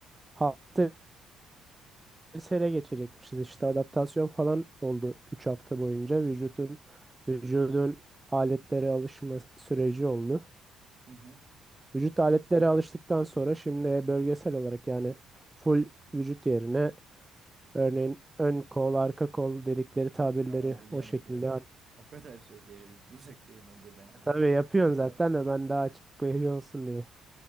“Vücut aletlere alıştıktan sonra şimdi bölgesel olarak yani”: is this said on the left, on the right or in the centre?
Right